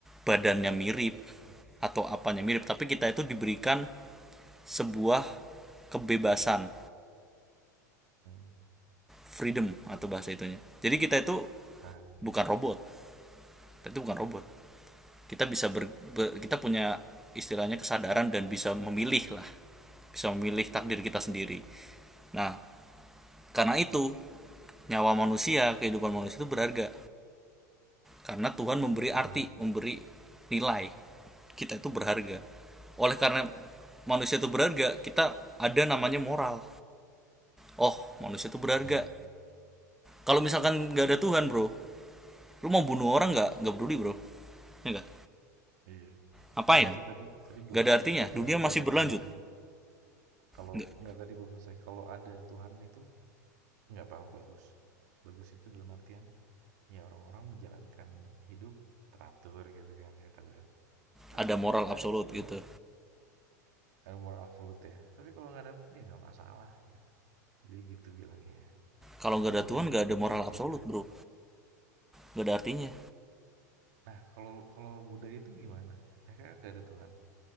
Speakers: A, in the centre; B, on the right.
A: badannya mirip
B: mhm,
A: atau apanya mirip,
B: tapi
A: tapi kita itu diberikan sebuah kebebasan,
B: mhm,
A: freedom atau bahasa itunya. Jadi kita itu
B: nah
A: bukan robot, kita itu bukan robot kita bisa ber, ber- kita punya istilahnya kesadaran dan bisa memilih lah bisa memilih takdir kita sendiri nah karena itu nyawa manusia kehidupan manusia itu berharga karena Tuhan memberi arti
B: mhm
A: memberi nilai kita itu berharga oleh karena manusia itu berharga kita ada namanya moral oh manusia itu berharga
B: mhm,
A: kalau misalkan nggak ada Tuhan bro lu mau bunuh orang nggak nggak peduli bro ya nggak
B: iya.
A: ngapain
B: Ya itu tadi tadi belum
A: nggak ada artinya
B: belum
A: dunia
B: selesai
A: masih
B: di
A: berlanjut
B: kalimatnya. Kalau
A: Nggak.
B: nggak tadi belum selesai, kalau ada Tuhan itu nggak apa-apa bagus. Bagus itu dalam artian, ya orang-orang menjalankan hidup teratur gitu kan kata lu kan. Tapi
A: ada moral
B: kalau nggak
A: absolut
B: ada pun
A: gitu
B: ada moral absolute ya, tapi kalau nggak ada pun ya nggak masalah gitu. Jadi gitu bilangnya.
A: kalau
B: Nah
A: nggak
B: gue
A: ada Tuhan
B: dari situ
A: nggak ada
B: mikir
A: moral absolut
B: juga.
A: bro nggak ada artinya
B: Nah, kalau kalau Buddha itu gimana? Mereka kan nggak ada Tuhan,